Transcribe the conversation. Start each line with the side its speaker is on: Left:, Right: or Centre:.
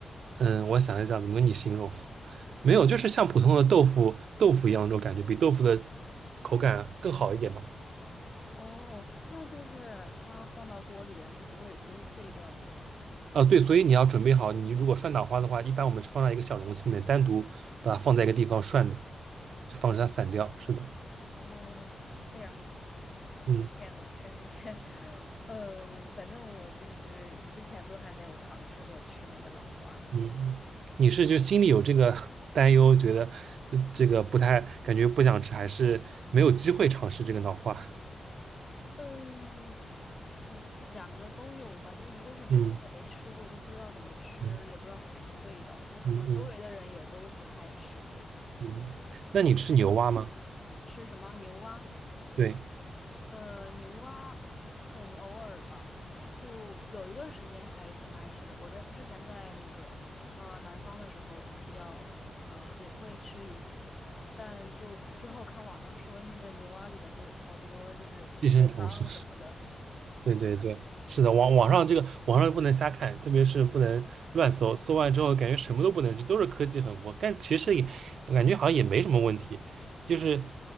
Right: 嗯，我想一想怎么跟你形容，没有，就是像普通的豆腐豆腐一样那种感觉，比豆腐的口感更好一点吧。
Left: 哦，那就是它放到锅里边就不会不会碎掉吗？
Right: 啊，对，所以你要准备好，你如果涮脑花的话，一般我们是放在一个小容器里面，单独把它放在一个地方涮的，就防止它散掉。是的，
Left: 哦，这样子，
Right: 嗯
Left: 哎呀，感觉，<laughs> 呃，反正我就是之前都还没有尝试过吃那个脑花。
Right: 嗯，嗯，你是就心里有这个 <laughs> 担忧，觉得这这个不太感觉不想吃，还是没有机会尝试这个脑花？
Left: 嗯，嗯两个都有吧，就一个是之前也没吃过，
Right: 嗯
Left: 就不知道怎么吃，
Right: 嗯。
Left: 也不知道什么什么味道，就好像周围的人也都不太吃这个。
Right: 嗯嗯嗯，那你吃牛蛙吗？
Left: 吃什么牛蛙？
Right: 对，
Left: 呃，牛蛙很偶尔吧，就有一段时间还挺爱吃的。我在之前在那个呃南方的时候比较呃对会吃一次，但就之后看网上说那个牛蛙里边就好多就是很脏什么的，
Right: 寄生虫是，<laughs> 对对对，是的，网网上这个网上不能瞎看，特别是不能乱搜，搜完之后感觉什么都不能吃，都是科技狠活，但其实也我感觉好像也没什么问题，就是